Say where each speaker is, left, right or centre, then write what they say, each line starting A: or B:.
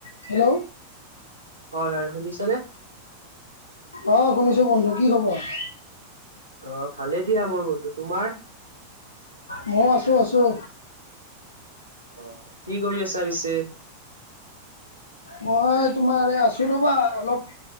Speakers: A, on the left (about 75°); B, on the right (about 85°).
A: Hello.
B: হয় হয়, শুনিছানে!
A: অ', শুনিছোঁ বন্ধু। কি খবৰ?
B: অ', ভালে দিয়া মোৰ বন্ধু, তোমাৰ।
A: মইয়ো আছোঁ আছোঁ।
B: অ', কি কৰি আছা পিছে।
A: মই তোমাৰ এই আছোঁ ৰ'বা, অলপ।